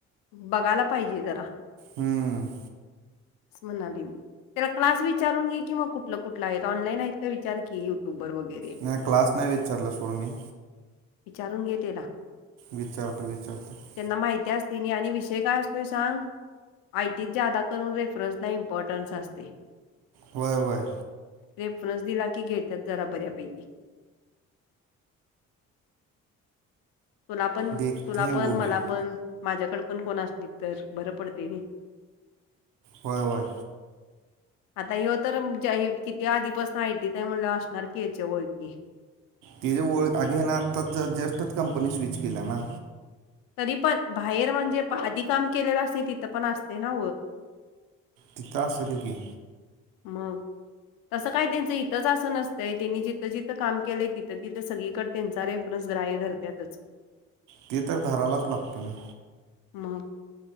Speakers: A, on the left; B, on the right.
A: बघायला पाहिजे जरा
B: हम्म
A: अस म्हणालीम त्याला क्लास विचारून घे की मग कुठलं कुठलं आहे ऑनलाईन आहेत का विचार की युट्यूब वर वगैरे
B: नाही क्लास नाही विचारलं सोड मी
A: विचारून घेते ला
B: विचारत विचारतं <unintelligible>
A: त्यांना माहिती असते आणि विषय काय असतोय सांग. आयटीत जादा करून रेफरन्स ला इम्पॉर्टन्स असते.
B: होय होय.
A: रेफरन्स दिला की घेतात जरा बऱ्यापैकी. तुला पण
B: देखते
A: तुला
B: हैं वो
A: पण
B: भी
A: मला पण माझ्याकड पण कोण असली तर बरं पडते नी.
B: होय होय
A: आता हे तर किती आधीपासून आयटी म्हलं असणार की याच्या ओळखी
B: त जे ओळख आणि ना आत्ताच च जस्टच कंपनी स्विच केला ना
A: तरी पण बाहेर म्हणजे आधी काम केलेलं असते तिथं पण असते ना
B: तता असलगी
A: म तसं काय त्यांचं इथंच असं नसतंय त्यांनी जिथं जिथं काम केलंय तिथं तिथं सगळीकडे त्यांच रे आपणच ग्रा्य धरत्याच
B: ती तर धरायलाच लागते ना
A: मग